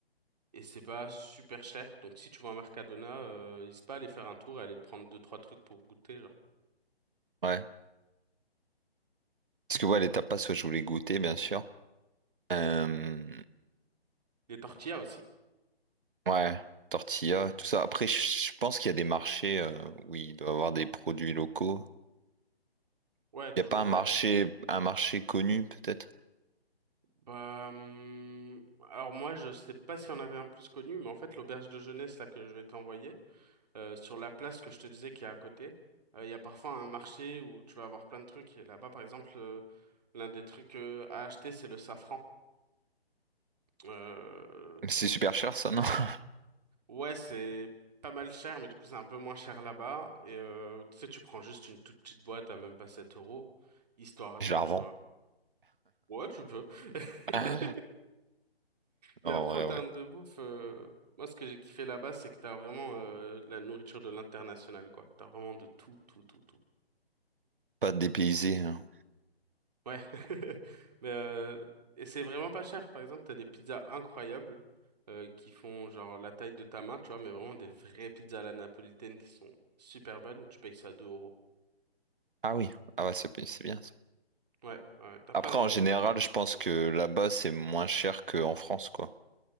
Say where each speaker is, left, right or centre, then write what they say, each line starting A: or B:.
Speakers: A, on the right (about 40°); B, on the right (about 55°).
A: Et c'est pas super cher. Donc si tu vas à Mercadona, euh, n'hésite pas à aller faire un tour et aller te prendre deux trois trucs pour goûter, genre.
B: ouais. Parce que ouais, les tapas, ouais, je voulais goûter, bien sûr. Euh,
A: Des tortillas aussi.
B: ouais, tortilla, tout ça. Après, je je pense qu'il y a des marchés euh, où il doit y avoir des produits locaux.
A: Ouais, toujours,
B: Il n'y a pas un marché,
A: ouais. t-
B: un marché connu, peut-être?
A: Bah, hum, alors moi, je sais pas si on avait un plus connu, mais en fait, l'auberge de jeunesse là que je vais t'envoyer, euh, sur la place que je te disais qui est à côté, euh, il y a parfois un marché où tu vas avoir plein de trucs. Et là-bas, par exemple, euh, l'un des trucs euh, à acheter, c'est le safran. Euh,
B: Mais C'est super cher, ça, non? <laughs>
A: ouais, c'est pas mal cher, mais du coup, c'est un peu moins cher là-bas. Et euh, tu sais, tu prends juste une toute petite boîte à même pas 7 euros, histoire
B: Je
A: de,
B: la
A: tu
B: revends.
A: vois. Ouais, tu peux. <laughs>
B: Ah.
A: Mais
B: Non,
A: après,
B: en vrai,
A: en termes
B: ouais.
A: de bouffe, euh, moi, ce que j'ai kiffé là-bas, c'est que t'as vraiment euh, la nourriture de l'international, quoi. T'as vraiment de tout, tout, tout, tout.
B: Pas dépaysé. hein.
A: Ouais. <laughs> Mais, euh, et c'est vraiment pas cher. Par exemple, t'as des pizzas incroyables euh, qui font genre la taille de ta main, tu vois, mais vraiment des vraies pizzas à la napolitaine qui sont super bonnes. Tu payes ça 2 euros.
B: Ah oui. Ah ouais, c'est c'est bien, ça.
A: Ouais, ouais. T'as
B: Après,
A: plein de
B: en général, je
A: trucs
B: pense
A: comme
B: que
A: ça.
B: là-bas, c'est moins cher qu'en France, quoi.